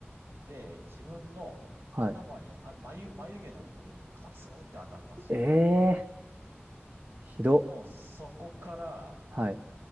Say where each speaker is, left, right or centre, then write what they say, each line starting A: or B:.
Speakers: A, on the right; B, on the right.
A: で、自分の頭に、
B: はい。
A: あ、眉、眉毛の上にカツンって当たったんですよ。
B: えー、ひど。
A: もうそこから、
B: はい、